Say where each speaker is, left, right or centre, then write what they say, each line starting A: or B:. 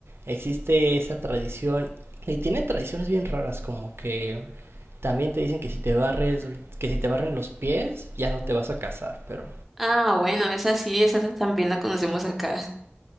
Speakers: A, on the right; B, in the centre.
A: existe esa tradición y tienen tradiciones bien raras, como que También te dicen que si te barres, que si te barren los pies, ya no te vas a casar, pero
B: Ah, bueno, esa sí, esa ta- también la conocemos acá.